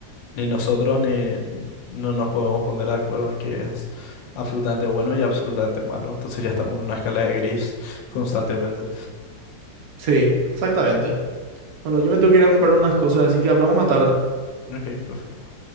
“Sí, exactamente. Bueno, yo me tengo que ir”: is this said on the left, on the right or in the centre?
Right